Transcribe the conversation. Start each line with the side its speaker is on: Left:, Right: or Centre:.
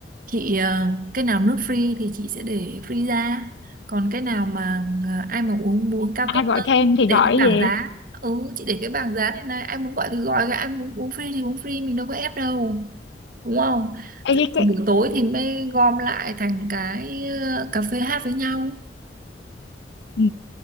Right: chị ờ, cái nào nước free thì chị sẽ để free ra còn cái nào mà ờ, ai mà uống muốn cao
Left: ai
Right: cấp
Left: gọi
Right: hơn
Left: thêm thì
Right: để
Left: gọi
Right: cái
Left: cái gì
Right: bảng giá ừ chị để cái bảng giá này này ai muốn gọi thì gọi ai muốn uống free thì uống free mình đâu có ép đâu đúng không
Left: Ê,
Right: Xong
Left: cái, cái...
Right: rồi buổi tối thì mới gom lại thành cái ờ, cà phê hát với nhau
Left: Ừ,